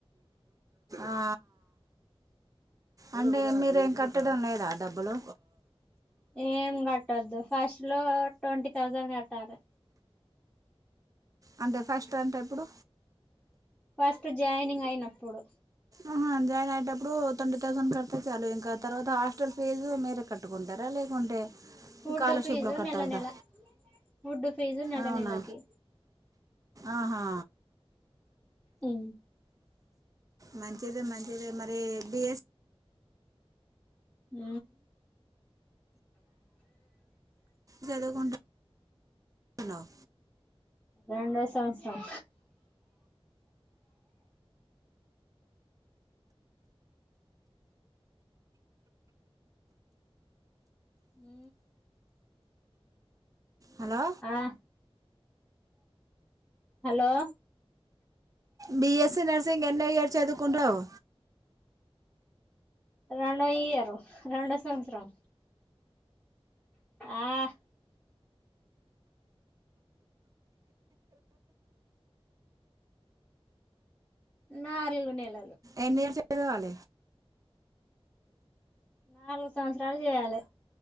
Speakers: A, on the right (about 35°); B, in the centre.
A: ఆ, అంటే మీరేం కట్టడం లేదా డబ్బులు
B: ఏం కట్టొద్దు ఫస్ట్ లో ట్వంటీ థౌజండ్ కట్టాలి
A: అంటే ఫస్ట్ అంటే ఎప్పుడు
B: ఫస్ట్ జాయినింగ్ అయినప్పుడు
A: ఆహా జాయిన్ అయ్యేటప్పుడు ట్వంటీ థౌసండ్ కడితే చాలు ఇంకా తర్వాత హాస్టల్ ఫీజు మీరే కట్టుకుంటారా లేకుంటే
B: ఫుడ్
A: స్కాలర్షిప్లో
B: ఫీజు
A: కట్
B: నెల
A: అవుదా
B: నెల ఫుడ్డు ఫీజు నెల
A: అవునా
B: నెలకి
A: ఆహా
B: ఉ
A: మంచిది మంచిది మరి బిఎస్
B: ఉ
A: చదువుకుంటూ నావు
B: రెండో సంవత్సరం ఉ
A: హలో
B: ఆ హలో
A: బిఎస్సి నర్సింగ్ ఎన్ని ఇయర్ చదువుకుంటునావు
B: రెండో ఇయరు రెండో సంవత్సరం ఆ నా అల్లు నెల
A: ఎన్ని ఇయర్స్ చదవాల
B: నాలుగు సంవత్సరాలు చేయాలి